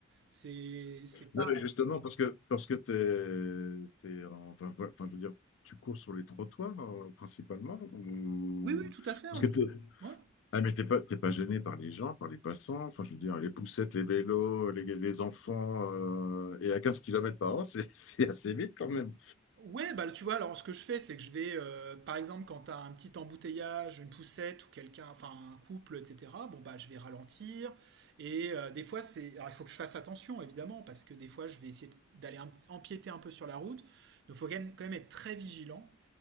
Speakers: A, on the right (about 60°); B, on the left (about 70°).
A: C'est, c'est
B: Non,
A: pas.
B: mais justement, parce que parce que t'es, t'es en- enfin, voilà, enfin, je veux dire, tu cours sur les trottoirs euh, principalement, ou
A: Oui, oui, tout à fait. un
B: parce que
A: truc-
B: t'es-
A: Ouais.
B: Ah, mais t'es pas, t'es pas gêné par les gens, par les passants, enfin, je veux dire, les poussettes, les vélos, les, les enfants, euh, et à 15 kilomètres par heure, c'est <laughs> c'est assez vite quand même.
A: Ouais, bah tu vois, alors ce que je fais, c'est que je vais, euh, par exemple, quand t'as un petit embouteillage, une poussette ou quelqu'un, enfin un couple, etc. Bon bah je vais ralentir. Et euh, des fois c'est, alors il faut que je fasse attention évidemment parce que des fois je vais essayer de- d'aller un petit- empiéter un peu sur la route. Donc faut quand même, quand même être très vigilant.